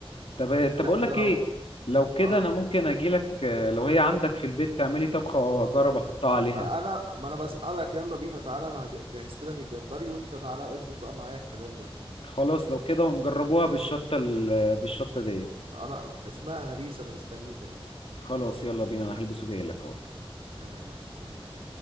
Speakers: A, on the left; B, on the right.
A: طب طب
B: لا
A: اقول
B: انت
A: لك
B: لو
A: ايه لو كده
B: اه
A: انا ممكن اجي لك آه، لو هي عندك في البيت تعملي طبخه واجرب احطها عليها
B: ما انا ما انا بسألك يلا بينا تعالى انا هج- جهزت لك الجمبري وانت تعالى اظبط بقى معايا الكلام ده
A: خلاص لو كده ونجربوها بالشطه ال- آه، بالشطه ديت
B: انا اسمها هريس انا مستنيك يا باشا
A: خلاص يلا بينا انا هلبس وجاي لك اهو
B: تمام وانا مستنيك